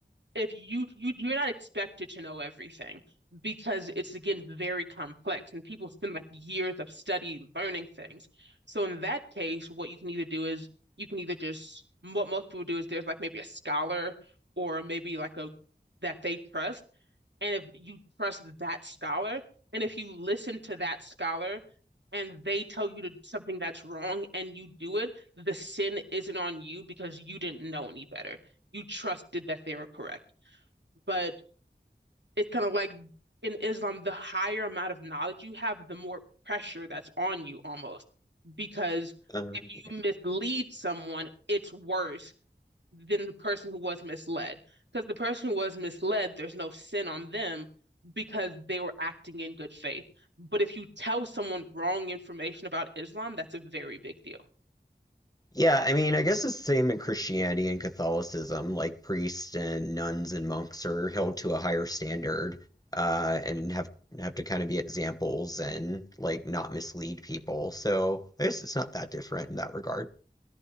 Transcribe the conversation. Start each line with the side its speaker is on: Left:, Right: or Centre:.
Right: If you you you're not expected to know everything because it's again very complex and people spend like years of study learning things. So in that case, what you can either do is you can either just what most people do is there's like maybe a scholar or maybe like a that they trust and if you trust that scholar, and if you listen to that scholar and they tell you to something that's wrong and you do it, the sin isn't on you because you didn't know any better. You trusted that they were correct. But it's kind of like in Islam, the higher amount of knowledge you have, the more pressure that's on you almost. Because
Left: um,
Right: if you mislead someone, it's worse than the person who was misled. Because the person who was misled, there's no sin on them because they were acting in good faith. But if you tell someone wrong information about Islam, that's a very big deal.
Left: yeah, I mean, I guess it's the same in Christianity and Catholicism. Like priests and nuns and monks are held to a higher standard uh, and have have to kind of be examples and like not mislead people. So I guess it's not that different in that regard.